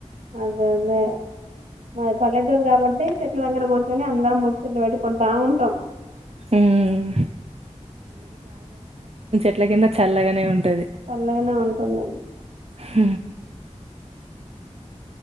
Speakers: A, on the right; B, on the right.
A: అదే అదే మా పల్లెటూరు కాబట్టి చెట్లు దగ్గర కూర్చొని అందరం ముొ చెట్లు పెట్టుకుంటా ఉంటాం
B: ఉమ్ ఇట్ల కింద చల్లగానే ఉంటంది
A: చల్లగానే ఉంటుంది
B: హ